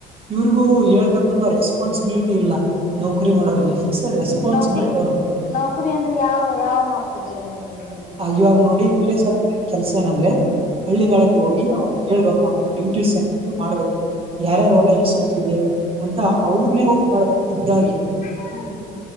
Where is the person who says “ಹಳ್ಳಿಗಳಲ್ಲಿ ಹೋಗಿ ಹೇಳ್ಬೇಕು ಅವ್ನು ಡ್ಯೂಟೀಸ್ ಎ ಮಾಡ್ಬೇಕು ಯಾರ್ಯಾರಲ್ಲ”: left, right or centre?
Right